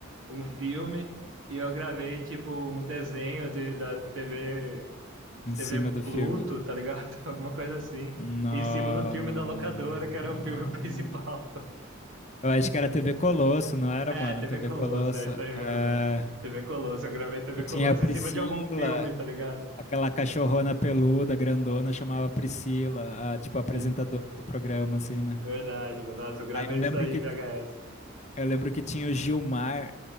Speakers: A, on the right; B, on the left.
A: um filme e eu gravei tipo um desenho de, da TV
B: em cima
A: T V
B: do
A: Pluto,
B: filme.
A: tá ligado? <laughs> Alguma coisa assim.
B: Nossa.
A: Em cima do filme da locadora, que era o filme <laughs> principal. sabe?
B: Eu acho que era TV Colosso, não era,
A: É,
B: mano?
A: T
B: TV
A: V Colosso,
B: Colosso.
A: é isso aí mesmo.
B: É...
A: É. T V Colosso, eu gravei T V
B: E tinha
A: Colosso
B: a Priscila,
A: em cima de algum filme, tá ligado?
B: aquela cachorrona peluda, grandona, chamava Priscila, a, tipo, a apresentadora
A: Sim,
B: do programa, assim, né?
A: verdade, mano. Nossa, eu gravei
B: Aí eu
A: isso
B: lembro
A: aí,
B: que
A: VHS.
B: Eu lembro que tinha o Gilmar,